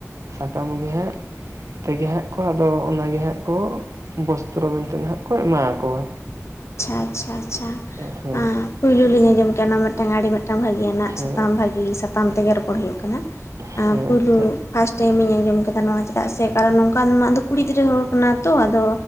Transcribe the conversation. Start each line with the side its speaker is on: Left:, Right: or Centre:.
Right: ᱥᱟᱠᱟᱢ ᱜᱮ ᱦᱟᱸᱜ ᱛᱮᱜᱮ ᱦᱟᱸᱜ ᱠᱚ ᱟᱫᱚ ᱚᱱᱟᱜᱮ ᱦᱟᱸᱜ ᱠᱚ ᱵᱚᱥᱛᱨᱚ ᱢᱮᱱᱛᱮ ᱱᱟᱦᱟᱜ ᱠᱚ ᱮᱢᱟᱣᱟᱠᱚᱣᱟ᱾
Left: ᱟᱪᱪᱷᱟ ᱟᱪᱪᱷᱟ ᱟᱪᱪᱷᱟ
Right: ᱦᱮᱸ
Left: ᱮᱸ ᱯᱩᱭᱞᱩ ᱞᱤᱧ ᱟᱸᱡᱚᱢ ᱠᱮᱫᱼᱟ ᱱᱚᱣᱟ ᱢᱤᱫᱴᱟᱝ ᱟᱹᱰᱤ ᱢᱮ ᱴᱟᱝ ᱵᱷᱟᱜᱮᱭᱟᱱᱟᱜ
Right: ᱦᱮᱸ
Left: ᱥᱟᱛᱟᱢ ᱵᱷᱟᱜᱤ ᱥᱟᱛᱟᱢ ᱛᱮᱜᱮ ᱨᱚᱯᱚᱲ ᱦᱩᱭᱩᱜ ᱠᱟᱱᱟ,
Right: ᱦᱮᱸ
Left: ᱮᱸ ᱯᱩᱭᱞᱩ ᱯᱷᱟᱥᱴ ᱴᱟᱭᱤᱢᱤᱧ ᱟᱸᱡᱚᱢ ᱠᱮᱫᱟ ᱱᱚᱣᱟ ᱪᱮᱫᱟᱜ ᱥᱮ ᱠᱟᱨᱚᱱ ᱱᱚᱝᱠᱟ ᱢᱟ ᱟᱫᱚ ᱠᱩᱲᱤ ᱜᱤᱫᱽᱨᱟᱹ ᱦᱚᱲ ᱠᱟᱱᱟ ᱛᱚ ᱟᱫᱚ